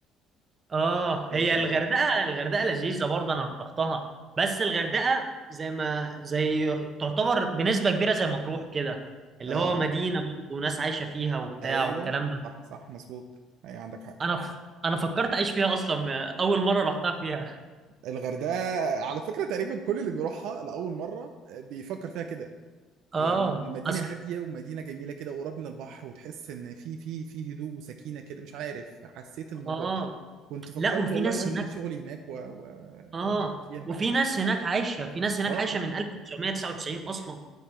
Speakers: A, on the right (about 35°); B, on the right (about 75°).
A: اه
B: اه
A: هي الغردقة الغردقة لذيذة برضه أنا رحتها بس الغردقة زي ما زي تعتبر بنسبة كبيرة زي مطروح كده اللي
B: آه،
A: هو
B: آه.
A: مدينة برضه وناس عايشة فيها وبتاع
B: ايوه
A: والكلام ده
B: صح صح مظبوط ايوه عندك حق
A: انا ف... انا فكرت اعيش فيها اصلا اول مره رحتها فيها
B: الغردقة على فكرة تقريبا كل اللي بيروحها لأول مرة بيفكر فيها كده
A: اه
B: يعني مدينة
A: اصل
B: هادية ومدينة جميلة كده وقريب من البحر وتحس إن في في في هدوء وسكينة كده مش عارف حسيت الموضوع
A: اه آه.
B: ده كنت فكرت
A: لا وفي
B: والله
A: ناس
B: إن أنقل
A: هناك
B: شغلي هناك و... و...
A: اه
B: وهعمل فيها بقى
A: وفي ناس هناك عايشه في ناس هناك
B: آه
A: عايشه
B: آه
A: من 1999 اصلا